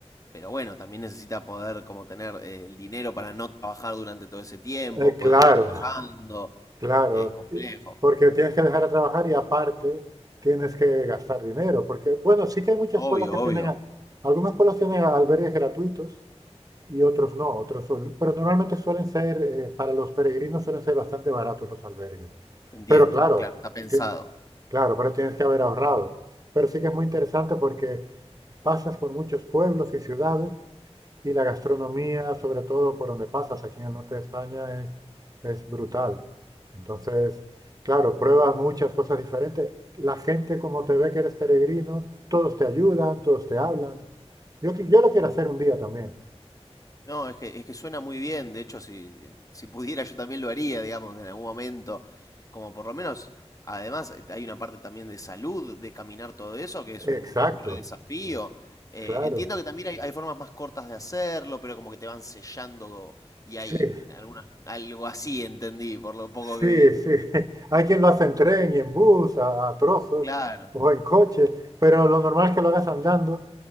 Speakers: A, on the left; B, on the right.
A: pero bueno, también necesita poder como tener eh, el dinero para no trabajar durante todo ese tiempo,
B: Eh,
A: poder
B: claro,
A: estar viajando,
B: Claro,
A: es complejo.
B: y- porque tienes que dejar de trabajar y aparte tienes que gastar dinero, porque bueno, sí que hay muchos
A: Obvio,
B: pueblos que
A: obvio,
B: tienen, a- algunos pueblos tienen albergues gratuitos y otros no, otros son- pero normalmente suelen ser, eh, para los peregrinos suelen ser bastante baratos los albergues.
A: entiendo,
B: Pero claro,
A: claro, está pensado.
B: tien- claro, pero tienes que haber ahorrado. Pero sí que es muy interesante porque pasas por muchos pueblos y ciudades y la gastronomía, sobre todo por donde pasas, aquí en el norte de España, es, es brutal. Entonces, claro, pruebas
A: Qué bueno.
B: muchas cosas diferentes. La gente, como te ve que eres peregrino, todos te ayudan, todos te hablan. Yo, qui- yo lo quiero hacer un día también.
A: No, es que, es que suena muy bien. De hecho, si, si pudiera, yo también lo haría, digamos, en algún momento. Como por lo menos, además, eh, hay una parte también de salud, de caminar todo eso, que es un,
B: Exacto,
A: un re desafío. Eh,
B: claro.
A: entiendo que también hay, hay formas más cortas de hacerlo, pero como que te van sellando y hay
B: Sí.
A: alguna, algo así, entendí, por lo poco
B: Sí,
A: que vi.
B: sí. <laughs> Hay quien lo hace en tren y en bus, a, a trozos,
A: Claro,
B: o en coche, pero lo normal es que lo hagas andando